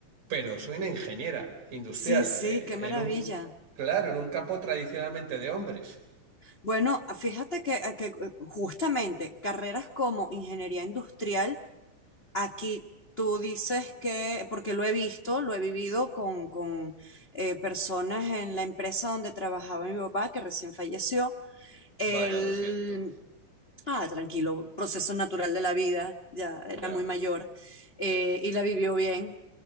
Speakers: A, on the right; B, on the left.
A: Pero soy una ingeniera industrial
B: sí, sí,
A: eh,
B: qué maravilla.
A: en un Claro, en un campo tradicionalmente de hombres.
B: Bueno, fíjate que, que eh, justamente carreras como ingeniería industrial, aquí tú dices que, porque lo he visto, lo he vivido con, con eh, personas en la empresa donde trabajaba mi papá, que recién falleció, él
A: Vaya, lo siento.
B: Ah, tranquilo, proceso natural de la vida, ya era
A: Ya,
B: muy mayor eh, y la vivió bien,